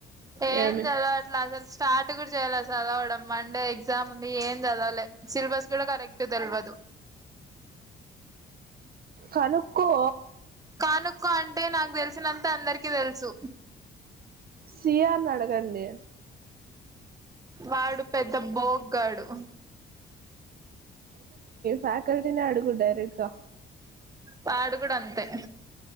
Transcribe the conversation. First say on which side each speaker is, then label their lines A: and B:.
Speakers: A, on the right; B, on the right.
A: ఏం
B: ఏమి
A: దెల్వట్లే అసలు స్టార్ట్ గూడా జేయాలే చదవడం మండే ఎగ్జామ్ ఉంది ఏం చదవలే సిలబస్ కూడా కరెక్ట్ దెల్వదు
B: కనుక్కో
A: కనుక్కోఅంటే నాకు దెలిసినంత అందరికి తెల్సు
B: సిఆర్ ని అడగండి
A: వాడు పెద్ద బోగ్గాడు
B: ఫాకల్టీనే అడుగు డైరెక్ట్ గా
A: వాడు కూడా అంతే